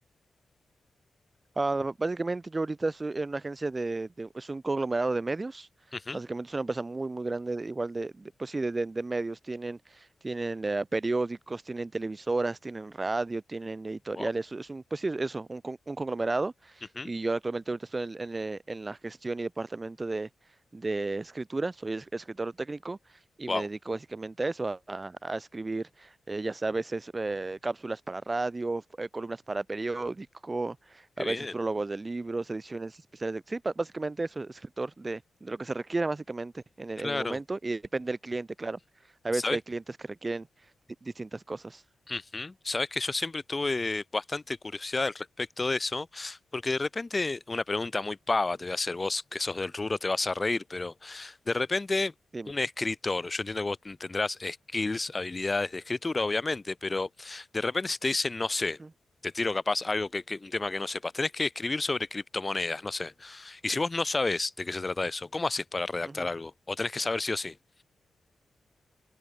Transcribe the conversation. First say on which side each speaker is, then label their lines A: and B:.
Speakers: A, on the right; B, on the left.
A: Ah, básicamente yo ahorita soy en una agencia de, de- es un conglomerado de medios.
B: Ujú,
A: Básicamente es una empresa muy, muy grande, de- igual de, de- pues sí, de, de- de medios. Tienen, tienen eh, periódicos, tienen televisoras, tienen radio, tienen editoriales.
B: Wow,
A: Es un, pues sí, eso, un, con- un conglomerado.
B: ujú,
A: Y yo actualmente ahorita estoy en, en, eh, en la gestión y departamento de, de escritura. Soy es- escritor técnico y
B: wow,
A: me dedico básicamente a eso, a, a- a escribir, eh, ya sabes, es, eh, cápsulas para radio, eh, columnas para periódico
B: qué
A: a
B: bien,
A: veces prólogos de libros, ediciones especiales de... Sí, ba- básicamente eso, escritor de, de lo que se requiera básicamente en el,
B: claro.
A: en el momento y depende del cliente, claro. A
B: ¿Sabés
A: veces que hay clientes que requieren di- distintas cosas.
B: Ujú. Sabes que yo siempre tuve bastante curiosidad al respecto de eso, porque de repente, una pregunta muy pava te voy a hacer, vos que sos del rubro te vas a reír, pero de repente
A: Dime.
B: un escritor, yo entiendo que vos ten- tendrás skills, habilidades de escritura, obviamente, pero de repente si te dicen, no sé,
A: Ujú,
B: te tiro capaz algo que, que- un tema que no sepas, tenés que escribir sobre criptomonedas, no sé. Y si vos no sabés de qué se trata eso, ¿cómo haces para redactar
A: ujú.
B: algo? ¿O tenés que saber sí o sí?